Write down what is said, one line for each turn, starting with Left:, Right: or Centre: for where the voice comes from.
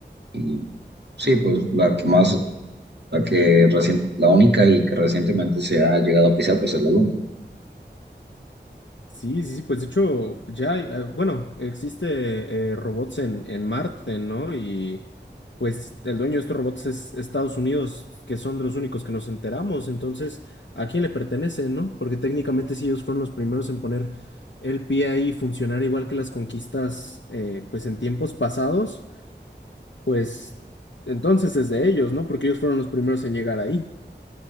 Right: y sí, pues la que más, la que recien- la única y que recientemente se ha llegado a pisar, pues es la luna.
Left: Sí, sí, sí, pues de hecho ya, hay, eh, bueno, existe eh, robots en, en Marte, ¿no? Y pues el dueño de estos robots es Estados Unidos, que son de los únicos que nos enteramos, entonces, ¿a quién le pertenece, no? Porque técnicamente si ellos fueron los primeros en poner el pie ahí y funcionar igual que las conquistas, eh, pues en tiempos pasados, pues entonces es de ellos, ¿no? Porque ellos fueron los primeros en llegar ahí.